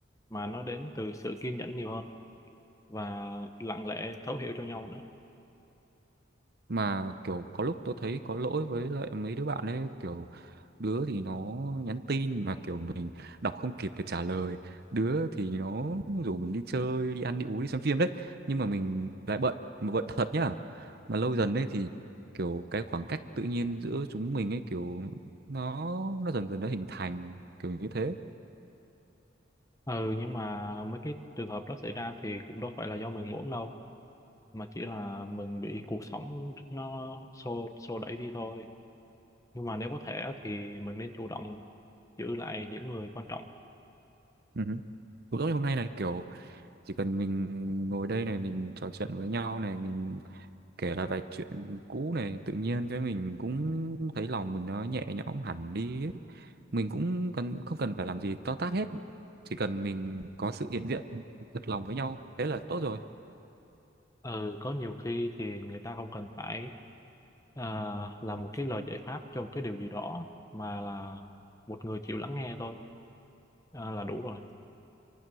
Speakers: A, on the left; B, on the right.
A: mà nó đến từ sự kiên nhẫn nhiều hơn và lặng lẽ thấu hiểu cho nhau nữa
B: mà kiểu có lúc tôi thấy có lỗi với lại mấy đứa bạn ấy kiểu đứa thì nó nhắn tin mà kiểu mình đọc không kịp để trả lời đứa thì nó rủ mình đi chơi đi ăn đi uống đi xem phim đấy nhưng mà mình lại bận mà bận thật nhá mà lâu dần đấy thì kiểu cái khoảng cách tự nhiên giữa chúng mình ấy kiểu nó nó dần dần nó hình thành kiểu như thế
A: ừ nhưng mà mấy cái trường hợp đó xảy ra thì cũng đâu phải là do mình muốn đâu mà chỉ là mình bị cuộc sống nó xô xô đẩy đi thôi nhưng mà nếu có thể á, thì mình nên chủ động giữ lại những người quan trọng
B: Ừ. hứ. cũng giống như hôm nay này kiểu chỉ cần mình ngồi đây này mình trò chuyện với nhau này mình kể lại vài chuyện cũ này tự nhiên cái mình cũng thấy lòng mình nó nhẹ nhõm hẳn đi ấy. mình cũng cần không cần phải làm gì to tát hết chỉ cần mình có sự hiện diện thật lòng với nhau thế là tốt rồi
A: ừ có nhiều khi thì người ta không cần phải à, là một cái lời giải pháp cho một cái điều gì đó mà là một người chịu lắng nghe thôi à, là đủ rồi